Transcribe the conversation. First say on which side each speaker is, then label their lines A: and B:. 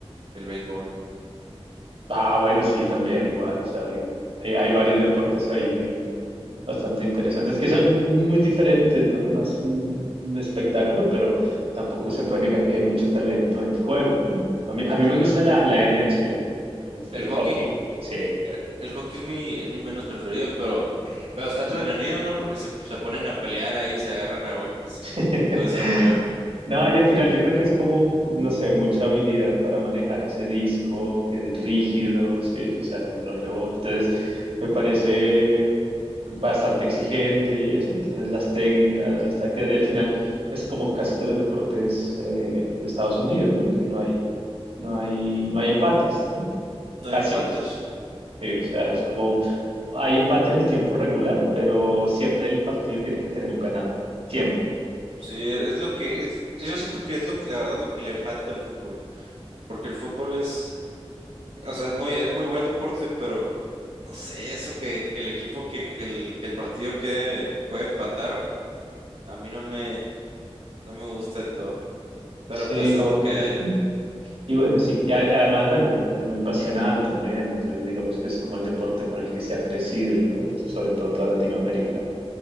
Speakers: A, on the right (about 90°); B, on the right (about 65°).
A: el béisbol,
B: Ah, bueno, sí, también igual. O sea, hay, hay, hay varios deportes ahí bastante interesantes que son muy diferentes, ¿no? Es más un un espectáculo, pero tampoco se puede negar que hay mucho talento en el juego, ¿no? A mí, a mí
A: claro.
B: me gusta la, la N NHL, el,
A: El
B: el
A: hockey,
B: hockey. Sí.
A: el, el hockey es mi, es mi menos preferido, pero, pero está entretenido, ¿no? Porque se, se ponen a pelear ahí, se agarran a golpes
B: <laughs>
A: y, y todo ese rollo.
B: No, y al final yo creo que es como, no sé, mucha habilidad para manejar ese disco que es rígido, sí, o sea, no, no rebota. Entonces, me parece bastante exigente y eso. Entonces, las técnicas, las tácticas, y al final es como casi todos los deportes eh, de Estados Unidos, ¿no? Que no hay, no hay, no hay empates, ¿no?
A: No
B: Casi,
A: hay empates.
B: sí,
A: Ujú.
B: o sea, es como hay empate en el tiempo regular, pero siempre el partido tiene que tener un ganador, siempre.
A: Sí, es lo que, es- yo siento que es lo que, la verdad, lo que le falta al fútbol. Porque el fútbol es, o sea, es muy, es muy buen deporte, pero No sé, eso que, que el equipo, que, que el, que el partido que puede empatar, a mí no me, no me gusta del todo. Pero
B: Sí,
A: pues es
B: como
A: lo
B: que.
A: que hay, ¿no?
B: mm. Y bueno, sí, y a- además, bueno, es muy pasional también, entonces digamos que es como el deporte con el que se ha crecido, ¿no? Sobre todo toda Latinoamérica,